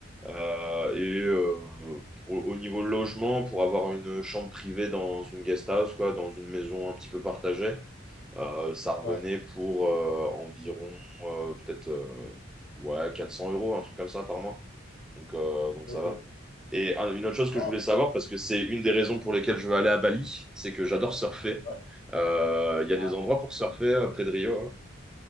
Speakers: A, in the centre; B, on the left.
A: Euh, et euh, pour- au niveau logement, pour avoir une chambre privée dans une guest house, quoi, dans une maison un petit peu partagée, euh, ça revenait
B: Ouais,
A: pour euh, environ euh, peut-être euh, ouais, 400 euros, un truc comme ça par mois. Donc, euh, donc
B: ok.
A: ça va. Et un- une autre chose que
B: Ah,
A: je voulais savoir, parce que c'est une des raisons pour lesquelles je veux aller à Bali, c'est que j'adore surfer.
B: ouais.
A: Euh, Il y a
B: Ah,
A: des endroits pour surfer euh, près de Rio.